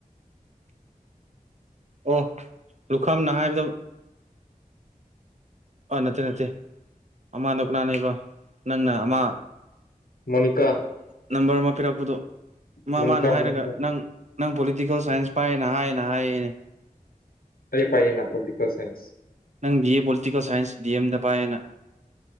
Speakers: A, on the right; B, on the left.
A: ꯑꯣ ꯂꯨꯈꯝꯅ ꯍꯥꯏꯕꯗꯣ ꯑꯥ ꯅꯠꯇꯦ ꯅꯠꯇꯦ ꯑꯃꯗꯣ ꯀꯅꯥꯅꯦꯕ ꯅꯪꯅ ꯑꯃ
B: ꯃꯣꯅꯤꯀꯥ
A: ꯅꯝꯕꯔ ꯑꯃ ꯄꯤꯔꯛꯄꯗꯣ ꯃꯥ
B: ꯃꯣꯅꯤꯀꯥ
A: ꯃꯥꯅ ꯍꯥꯏꯔꯒ
B: ꯃꯣꯅꯤꯀꯥ
A: ꯅꯪ ꯅꯪ ꯄꯣꯂꯤꯇꯤꯀꯜ ꯁꯥꯏꯟꯁ ꯄꯥꯏꯌꯦꯅ ꯍꯥꯏꯌꯦꯅ ꯍꯥꯏꯌꯦꯅꯦ
B: ꯑꯩ ꯄꯥꯏꯌꯦꯅ ꯄꯣꯂꯤꯇꯤꯀꯜ ꯁꯥꯏꯟꯁ
A: ꯅꯪ ꯕꯤ ꯑꯦ ꯄꯣꯂꯤꯇꯤꯀꯦꯜ ꯁꯥꯏꯟꯁ ꯗꯤ ꯑꯦꯝꯗ ꯄꯥꯏꯌꯦꯅ